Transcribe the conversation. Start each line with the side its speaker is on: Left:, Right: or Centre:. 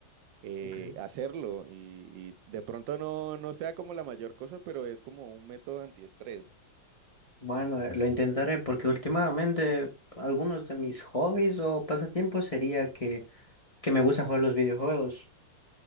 Right: eh,
Left: ok.
Right: hacerlo y, y de pronto no, no sea como la mayor cosa, pero es como un método antiestrés.
Left: Bueno, eh, lo intentaré porque últimamente algunos de mis hobbies o pasatiempos sería que, que me gusta jugar los videojuegos.